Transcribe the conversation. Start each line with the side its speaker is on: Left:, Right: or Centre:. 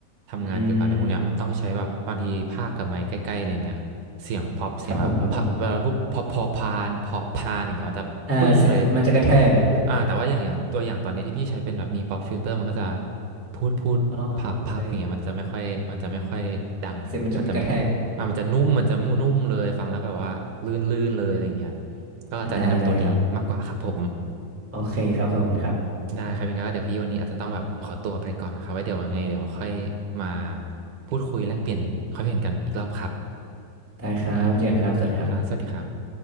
Right: ทำงานเกี่ยวกับอะไรพวกเนี้ยมันต้องใช้แบบบางทีภาคกับไมค์ใกล้ๆอะไรเงี้ยเสียงป๊อปเสียงแบบพะเวลาพูดพอพอพานพอพานอย่างเงี้ยมันจะแบบปึ้งเลย
Centre: อืมครับผมครับผมเออเสียมันจะกระแทกอ่ะ
Right: อ่าแต่ว่าอย่างอย่างตัวอย่างตอนเนี้ยที่พี่ใช้เป็นแบบมีป๊อปฟิลเตอร์มันก็จะพูดพูดพับพับอย่างเงี้ยมันจะไม่ค่อยมันจะไม่ค่อยดังมันจะไม่
Centre: อ๋อโอเคเสียงมันจะไม่กระแทก
Right: อ่ามันจะนุ่มมันจะนุ่มเลยฟังแล้วแบบว่าลื่นลื่นเลยอะไรเงี้ย ก็จะแนะนำตัวนี้มากกว่าครับผม
Centre: ได้ได้ครับโอเคครับขอบคุณครับ
Right: ได้ครับยังไงก็เดี๋ยวพี่วันนี้อาจจะต้องแบบขอตัวไปก่อนนะครับไว้เดี๋ยวว่าไงเดี๋ยวค่อยมาพูดคุยแลกเปลี่ยนความเห็นกันอีกรอบครับ
Centre: ได้ครับไว้เจอกันครับสวัสดีครับ
Right: ครับสวัสดีครับ